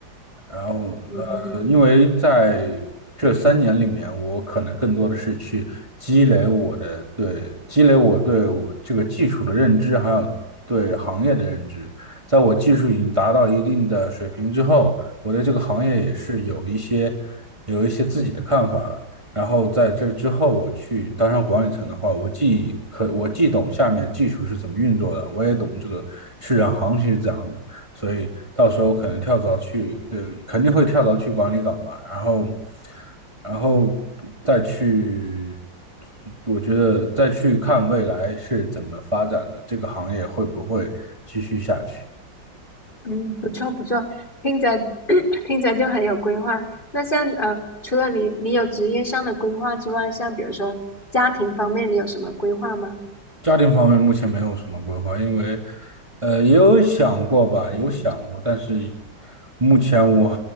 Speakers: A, on the right; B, on the left.
A: 然后
B: 嗯嗯，
A: 呃，因为在这三年里面，我可能更多的是去积累累我的对积累我对我这个技术的认知，还有对行业的认知。在我技术已经达到一定的水平之后，我对这个行业也是有一些有一些自己的看法了。然后在这之后，我去当上管理层的话，我既可我既懂下面技术是怎么运作的，我也懂这个市场行情是怎样的，所以到时候可能跳槽去，对，肯定会跳槽去管理岗吧，然后，然后再去，我觉得再去看未来是怎么发展的，这个行业会不会继续下去。
B: 嗯，不错不错，听着 <coughs> <clears throat> 听着就很有规划。那像呃，除了你你有职业上的规划之外，像比如说家庭方面，你有什么规划吗？
A: 家庭方面目前没有什么规划，因为，呃，也有想过吧，
B: 嗯
A: 有想过，但是目前我